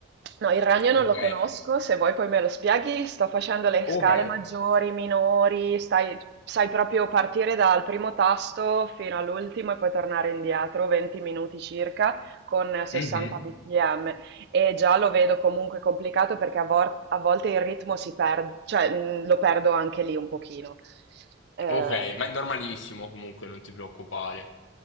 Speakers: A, on the right; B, on the left.
A: No, il ragno
B: Ok.
A: non lo conosco, se vuoi poi me lo spieghi, sto facendo le
B: Ok,
A: scale maggiori, minori, stai- sai proprio partire dal primo tasto fino all'ultimo e poi tornare indietro, 20 minuti circa, con 60
B: Mhm.
A: bpm. E già lo vedo comunque complicato perché a, vor- a volte il ritmo si perde, cioè mh, lo perdo anche lì un pochino. Eh,
B: Ok, ma è normalissimo comunque, non ti preoccupare.